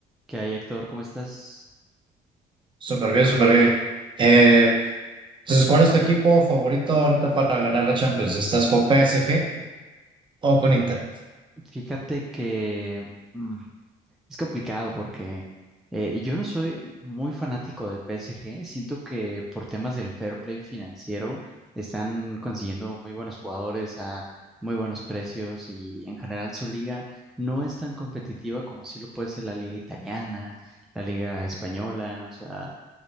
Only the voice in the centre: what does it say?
¿Qué hay, Héctor? ¿Cómo estás?
Mm, Fíjate que mm, es complicado porque eh, yo no soy muy fanático del PSG. Siento que por temas del fair play financiero están consiguiendo muy buenos jugadores a muy buenos precios y en general su liga no es tan competitiva como sí lo puede ser la liga italiana, la liga española. O sea,